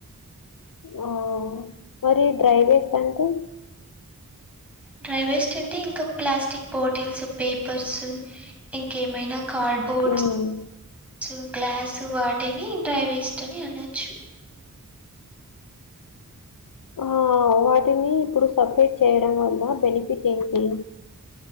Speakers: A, on the left; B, in the centre.
A: ఓ మరీ డ్రై వేస్టంటే
B: డ్రైవేస్టంటే ఇంకా ప్లాస్టిక్ బాటిల్స్ పేపర్సు ఇంకేమైనా కార్డ్ బోర్ట్స్
A: ఉమ్
B: స్సు గ్లాసూ వాటిని డ్రైవేస్టని అనొచ్చు
A: ఒహో వాటిని ఇప్పుడు సప్రేట్ చేయడం వల్ల బెనిఫిట్ ఏంటి